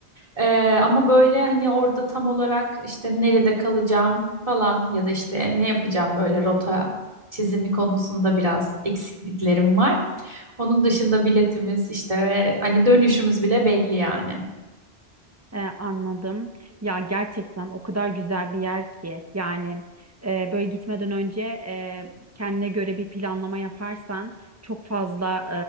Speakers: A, on the right; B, on the right.
A: Ee, ama böyle hani orada tam olarak işte nerede kalacağım falan ya da işte ne yapacağım böyle rota çizimi konusunda biraz eksikliklerim var. Onun dışında biletimiz işte ve hani dönüşümüz bile belli yani.
B: Ee, anladım. Ya gerçekten o kadar güzel bir yer ki yani e, böyle gitmeden önce e, kendine göre bir planlama yaparsan çok fazla